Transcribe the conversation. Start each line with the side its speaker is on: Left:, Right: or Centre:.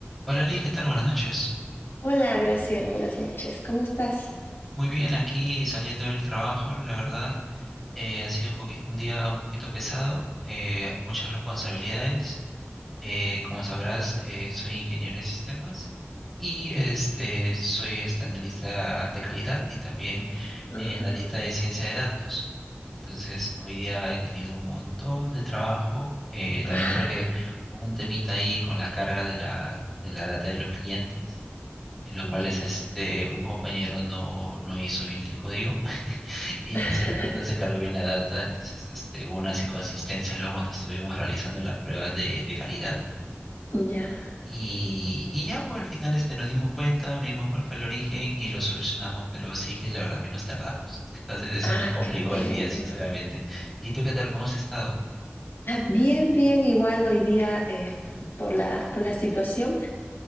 Centre: Hola Liz, ¿qué tal? Buenas noches.
Left: Hola, Graciel, buenas noches. ¿Cómo estás?
Centre: Muy bien, aquí saliendo del trabajo, la verdad, eh, ha sido un poqui- un día un poquito pesado, eh, muchas responsabilidades. Eh, como sabrás, eh, soy ingeniero de sistemas y este, soy este analista de calidad y también
Left: Ah,
Centre: eh, analista de ciencia de datos. Entonces, hoy día he tenido un montón de trabajo, eh, también
Left: ah,
Centre: porque hubo un temita ahí con la carga de la, de la data de los clientes. en los cuales
Left: ya,
Centre: este, un compañero no, no hizo bien el código <laughs> y
Left: <laughs>
Centre: no se, no se cargó bien la data, entonces este, hubo unas inconsistencias luego cuando estuvimos realizando las pruebas de, de calidad.
Left: ya.
Centre: Y, y ya, pues al final este, nos dimos cuenta, vimos cuál fue el origen y lo solucionamos, pero sí que la verdad que nos tardamos. <laughs> Entonces eso
Left: Ah,
Centre: nos complicó
Left: qué bueno.
Centre: el día, sinceramente. ¿Y tú qué tal? ¿Cómo has estado?
Left: Ah, Bien, bien, igual hoy día, eh, por la, por la situación,